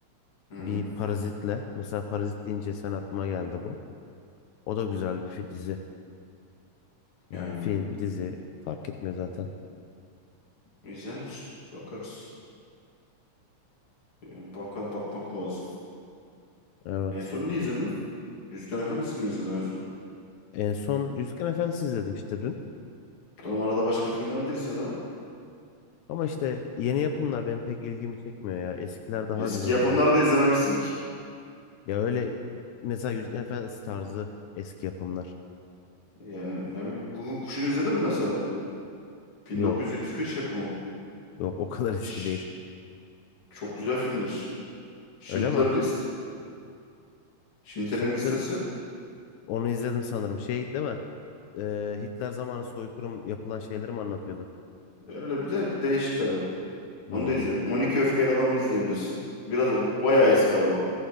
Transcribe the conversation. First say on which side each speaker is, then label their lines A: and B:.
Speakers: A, on the left (about 45°); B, on the left (about 80°).
A: Hı.
B: Bir parazitle. Mesela parazit deyince sen aklıma geldi bu. O da güzel bir fi- dizi. Yani
A: Yani
B: film, dizi fark etmiyor zaten.
A: izlenir. Bakarız. Yani baka, bakmak lazım.
B: Evet.
A: En son ne izledin? Yüzüklerin Efendisi'ni mi izledin en son?
B: En son Yüzüklerin Efendisi izledim işte dün.
A: Oğlum arada başka filmler de izle la.
B: Ama işte yeni yapımlar benim pek ilgimi çekmiyor ya. Eskiler daha
A: Eski
B: güzel oluyor.
A: yapımları da izlememişsin ki.
B: Ya öyle mesela Yüzüklerin Efendisi tarzı eski yapımlar.
A: Yani ne bileyim Guguk Kuşu'nu izledin mi mesela? 1975
B: Yok.
A: yapımı.
B: Yok o kadar <laughs> eski
A: Şş,
B: değil.
A: çok güzel filmdir. Schindler
B: Öyle mi?
A: List. Schindler'in
B: Schindler
A: listesi.
B: onu izledim sanırım. Şey değil mi? e, Hitler zamanı soykırım yapılan şeyleri mi anlatıyordu?
A: Öyle bir de bir değişik tabii.
B: Hmm.
A: Onu da izleyebilirsin. 12 Öfkeli Adam'ı izleyebilirsin. Biraz bu bayağı eski abi.